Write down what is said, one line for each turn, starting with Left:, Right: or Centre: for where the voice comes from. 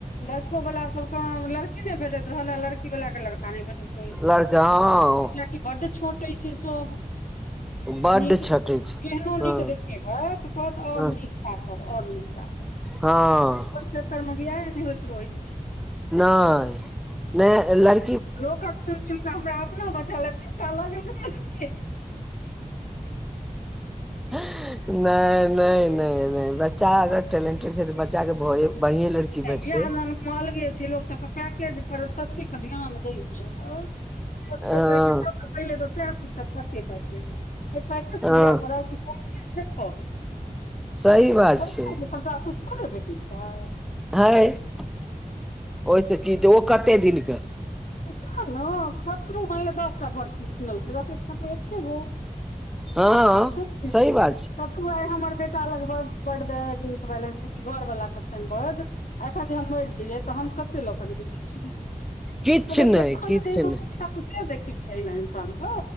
Left: लड़को वला सब के लड़की ने भेटैत रहल लड़की वाला के लड़का। नहि भेटैत रहै छै
Centre: लड़का हँ।
Left: कियाकि बड्ड छँटय छैय सब।
Centre: बड्ड
Left: नीक
Centre: छटै छै
Left: केहनो
Centre: हँ
Left: नीक देखते है त कहत आओर
Centre: हँ
Left: नीक। ताकब और नीक ताकब।
Centre: हँ।
Left: ओय चक्करमे बियाहे नहि होइत रहै छैय।
Centre: नहि नहि लड़
Left: लोकक सुइन सुइन के हमरा अपनो बच्चा ले चिंता लागल रहैये।
Centre: नहि- नहि -नहि बच्चा अगर टेलेंटेड छै तऽ बच्चाके भए बढ़िए लड़की भेटतै
Left: बिआह दानमे अलगे छैय लोकसभके पैकेज पर ततेक ध्यान दै छैय। कते
Centre: हँ
Left: पैकेज सबसँ पहिले तऽ सएह पूछत कते पैकेज। पैकेज स
Centre: हँ
Left: बियाह करब कि सब चीज देखब।
Centre: सही बात
Left: पैसा
Centre: छै
Left: से सबटा सुख थोड़े भेटय छैय।
Centre: है ओहिसँ की जे ओ कते दिनके।
Left: सएह ने ककरो मानि ले दस टा घर कियो किनलकै रहतै तऽ कतो एकेगो।
Centre: हँ
Left: तब ठीक
Centre: सही
Left: छै
Centre: बात
Left: तब त आइ हमर बेटा लग बड बैंक बैंक बैलेंस छैय कि घर वाला के छैन बड एखन जे हम मरि जइयै तऽ हम कतेक लऽ कऽ जेयबै।
Centre: किछु
Left: तब एखन
Centre: नहि किछु
Left: जे मे सुख
Centre: नहि
Left: हैत से देखैके चाहीने इंसानके,